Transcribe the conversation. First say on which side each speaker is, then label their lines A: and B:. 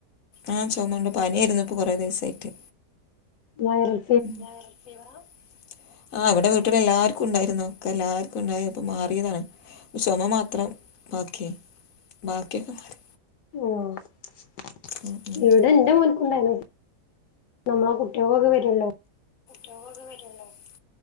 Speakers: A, on the left; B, on the left.
A: ആഹ് ചൊമണ്ട് പനിആയിരുന്നു ഇപ്പോ കൊറെ ദിവസായിട്ട്.
B: വയറൽ-
A: വൈറൽ ഫീവറാ- ആഹ് ഇവിടെ വീട്ടിൽ എല്ലാർക്കുണ്ടായിരുന്നു എല്ലാർക് ണ്ടായി ഇപ്പൊ മാറിയതാണ്. ചൊമ മാത്രം ബാക്കി ബാക്കിയൊക്കെ മാറി.
B: ഓഹ് -
A: ഉം ഉം
B: ഇവിടെ ഇന്റെ മോൻക്കുണ്ടായിനു നമ്മളെ കുട്ടികൾക്കൊക്കെ വരുല്ലോ.
A: രോഗക്കെ വരുല്ലോ.